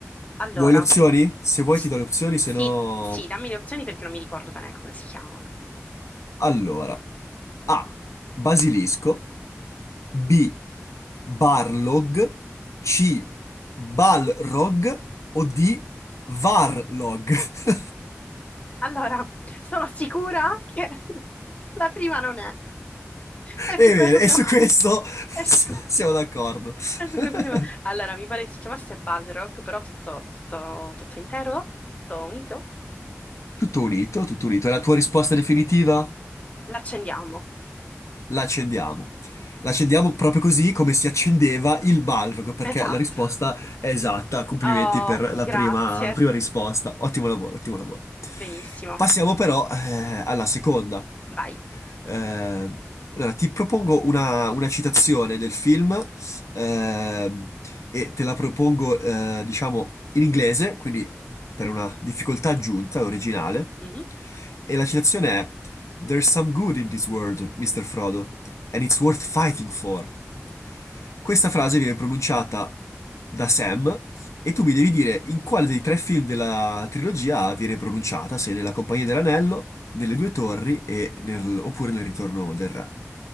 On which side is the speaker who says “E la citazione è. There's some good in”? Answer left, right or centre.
Left